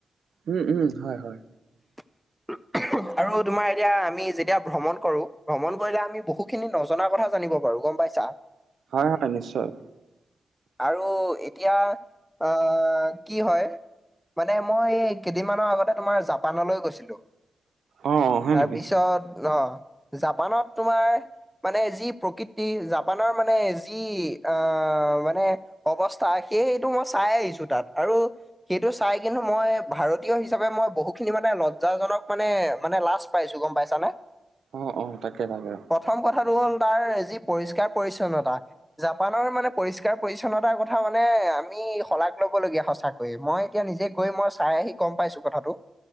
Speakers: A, on the right (about 75°); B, in the centre.
A: উম উম হয় হয়।
B: <unintelligible> আৰু তুমাৰ এতিয়া আমি যেতিয়া ভ্ৰমণ কৰো ভ্ৰমণ কৰিলে আমি বহু খিনি নজনা কথা জানিব পাৰো গম পাইছ। চা।
A: হয় <inaudible> নিশ্চয়।
B: আৰু এতিয়া আহ কি হয়। মানে মই এই কেইদিনমানৰ আগতে তোমাৰ জাপানলৈ গৈছিলো।
A: অ অ হয়
B: তাৰপিছত
A: নেকি
B: অ জাপানত তোমাৰ। মানে যি প্ৰকৃতি জাপানৰ মানে যি আ মানে। অৱস্থা সে সেইটো মই চাই আহিছো তাত আৰু। সেইটো চাই কিন্তু মই ভাৰতীয় হিচাপে মই বহুতখিনি মানে লজ্জাজনক মানে মানে লাজ পাইছো গম পাইছানে। <inaudible>
A: অ অ তাকে তাকে।
B: প্ৰথম কথাটো হ'ল তাৰ যি পৰিষ্কাৰ পৰিছন্নতা। জাপানৰ মানে পৰিষ্কাৰ পৰিছন্নতাৰ কথা মানে আমি শলাগ লব লগগীয়া সঁচাকৈয়ে। মই এতিয়া নিজে গৈ মই চাই আহি গম পাইছো কথাটো।